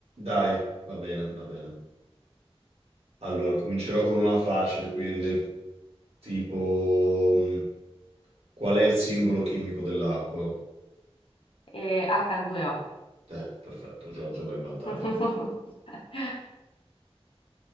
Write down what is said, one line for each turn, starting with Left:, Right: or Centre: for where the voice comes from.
Right: Dai, va bene, va bene. Allora, comincerò con una facile, quindi, tipo, mh, qual è il simbolo chimico dell'acqua?
Left: E H2O.
Right: Eh, perfetto, Giorgia va in vantaggio.
Left: <laughs>